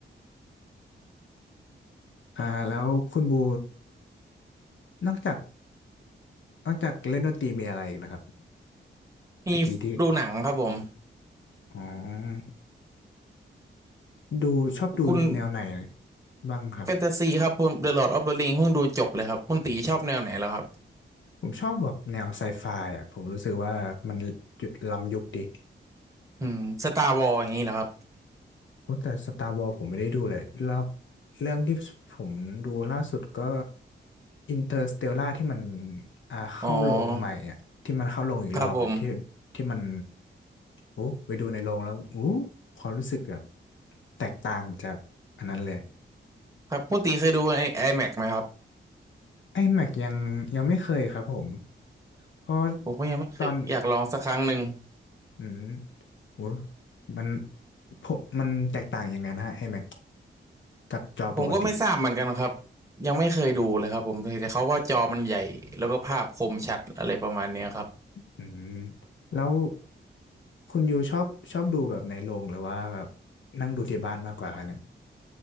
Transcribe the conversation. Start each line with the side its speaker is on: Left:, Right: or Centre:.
Left: อ่าแล้วคุณบูนอกจากนอกจากเล่นดนตรีมีอะไรอีกนะครับ
Right: มีดูหนังครับผม
Left: ตะกี้ที่อ๋อดูชอบดูแนวไหน
Right: คุณ
Left: บ้างครับ
Right: แฟนตาซีครับผม The Lord of the Ring เพิ่งดูจบเลยครับคุณตีชอบแนวไหนแล้วครับ
Left: ผมชอบแบบแนวไซไฟอ่ะผมรู้สึกว่ามันล้ำยุคดี
Right: อืม Star Wars อย่างนี้เหรอครับ
Left: โอ้แต่ Star Wars ผมไม่ได้ดูเลยรอบเรื่องที่ผมดูล่าสุดก็ Interstellar ที่มันอ่าเข้าโรงใหม่อ่ะที่มันเข้าโรงอีกรอบอะที่ที่มัน
Right: อ๋อครับผม
Left: โอ้ไปดูในโรงแล้วอู้ความรู้สึกแบบแตกต่างจากอันนั้นเลย
Right: ครับคุณตีเคยดูไอ้ IMAX ไหมครับ
Left: ไอ้แม็กยังยังไม่เคยครับผมเพราะ
Right: ผมก็ยังไม่เคยอยากลองสักครั้งหนึ่ง
Left: ตอนอืมโอ้มันผมมันแตกต่างยังไงนะฮะไอ้แม็กกับจอปกติ
Right: ผมก็ไม่ทราบเหมือนกันครับยังไม่เคยดูเลยครับผมแต่เขาว่าจอมันใหญ่แล้วก็ภาพคมชัดอะไรประมาณเนี้ยครับ
Left: อืมแล้ว คุณยูชอบชอบดูแบบในโรงหรือว่าแบบนั่งดูที่บ้านมากกว่าคะเนี่ย